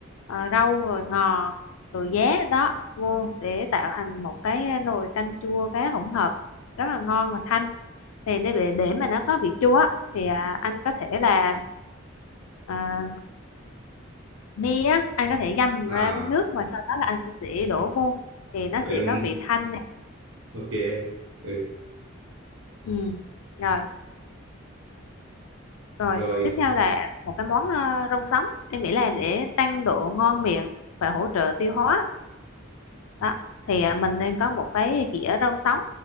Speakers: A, on the left; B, on the right.
A: à, rau rồi ngò rồi giá đó vô để tạo thành một cái nồi canh chua cá hỗn hợp rất là ngon và thanh thì để để để mà nó có vị chua á, thì à, anh có thể là à, mi á anh có thể găm
B: à
A: ra với nước và sau đó là anh sẽ đổ vô thì nó
B: vậy
A: sẽ
B: là
A: có vị thanh này
B: ok em ừ,
A: ừ. rồi rồi
B: rồi
A: tiếp theo là một cái món ờ, rau sống em nghĩ là để tăng độ ngon miệng và hỗ trợ tiêu hóa đó thì ờ, mình nên có một cái dĩa rau sống